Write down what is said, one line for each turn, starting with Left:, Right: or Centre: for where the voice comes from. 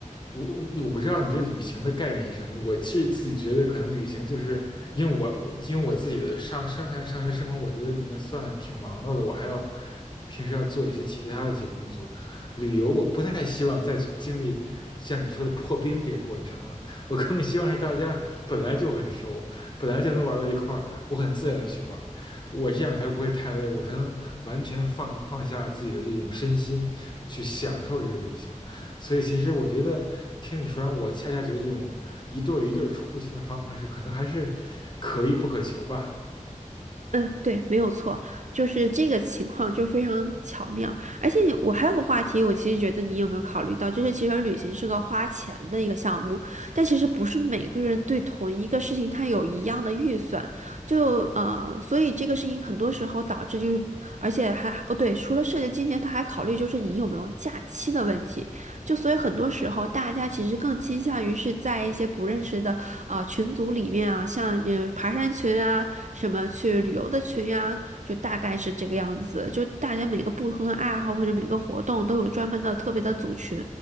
Left: 我我我不知道你对旅行的概念是什么。我其实自己觉得，可能旅行就是因为我我因为我自己的上上上上学生活，我觉得已经算挺忙碌的，我还要平时要做一些其他的一些工作。旅游我不太希望再去经历像你说的破冰这个过程了，我更希望是大家本来就很熟，本来就能玩到一块儿，我很自然的去玩。我这样才不会太累，我才能完全放放下自己的这种身心，去享受这个旅行。所以其实我觉得听你说完，我恰恰觉得这种一对一对出行的方式，可能还是可遇不可求吧。
Right: 嗯，对，没有错，就是这个情况就非常巧妙。而且我还有个话题，我其实觉得你有没有考虑到，就是其实旅行是个花钱的一个项目，但其实不是每个人对同一个事情他有一样的预算，就呃，所以这个事情很多时候导致就是，而且还哦对，除了涉及金钱，他还考虑就是你有没有假期的问题。就所以很多时候，大家其实更倾向于是在一些不认识的啊、呃群组里面啊，像嗯爬山群啊，什么去旅游的群呀、就大概是这个样子。就大家每个不同的爱好或者每个活动都有专门的特别的组群，